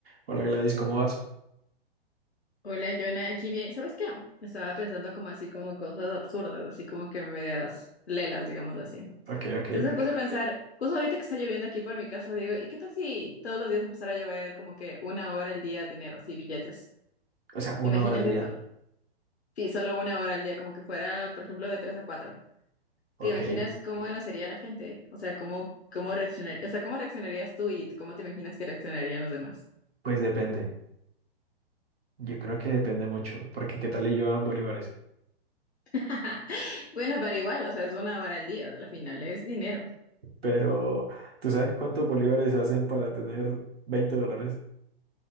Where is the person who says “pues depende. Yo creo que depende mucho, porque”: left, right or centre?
Right